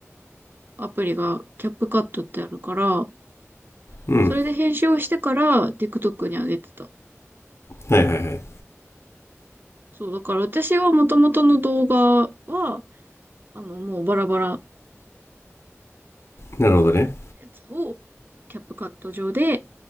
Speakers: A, on the right (about 45°); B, on the left (about 60°).
A: アプリがキャップカットってあるから、
B: うん
A: それで編集をしてから TikTok に上げてた。
B: はいはいはい
A: そう、だから私はもともとの動画は、あの、もうバラバラの
B: なるほどね
A: やつをキャップカット上で